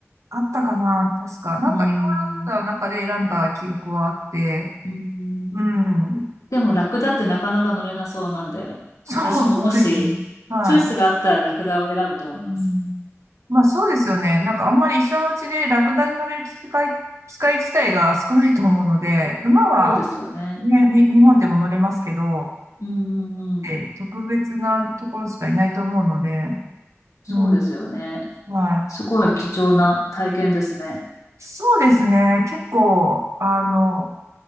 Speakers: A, on the right (about 70°); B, on the left (about 85°).
A: あったかな、確か。なんかいろいろあった中で選んだ記憶はあって、
B: うん、うん、
A: うん。
B: でもラクダってなかなか乗れなそうなんで、
A: <laughs> そう、
B: 私ももしチョイスがあったらラクダを選ぶと思います。
A: そうですよね。はい。うん、まあそうですよね。なんかあんまり一緒のうちでラクダに乗れる機会、機会自体が少ないと思うので、馬は
B: そうですよね。
A: ね、に、日本でも乗れますけど、
B: うん、うん、うん。
A: え、特別なところしかいないと思うので、
B: そうですよね。
A: うん、は
B: すごい貴重な体験ですね。
A: い。そうですね。結構、あの、